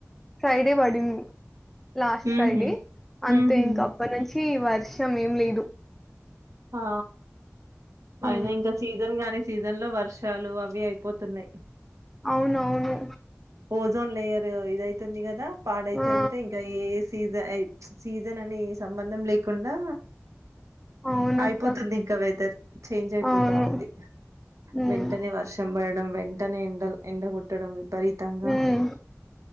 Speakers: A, in the centre; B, on the right (about 85°).
A: ఫ్రైడే పడింది లాస్ట్
B: హుహు.
A: ఫ్రైడే అంతే
B: హుహు.
A: ఇంక అప్పటి నుంచి వర్షం ఏం లేదు
B: ఆ
A: ఉమ్
B: అయిన ఇంకా సీజన్ గాని సీజన్ లో వర్షాలు అవి అయిపోతున్నాయి
A: అవునవును
B: ఓజోన్ లేయర్ ఇదైతుంది కదా పాడైతుంటే
A: ఆ
B: ఇంకా ఏ సీజ జ అయి సీజన్ అని సంబంధం లేకుండా
A: అవునక్క
B: అయిపోతుంది ఇంకా వెదర్ చేంజ్ అయిపోతా
A: అవును
B: ఉంది
A: ఉమ్
B: వెంటనే వర్షం పడడం వెంటనే ఎండల్ ఎండగొట్టడం విపరీతంగా
A: ఉమ్